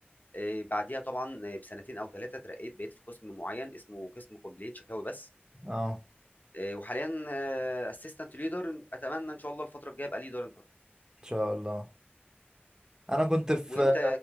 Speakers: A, on the left; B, on the right.
A: آه، بعديها طبعا آه، بسنتين او ثلاثه اترقيت بقيت في قسم معين اسمه قسم كومبلين شكاوي بس
B: اه
A: آه، وحاليا اسيستنت ليدر اتمنى ان شاء الله الفتره الجايه ابقى ليدر
B: ان شاء الله انا كنت في
A: وانت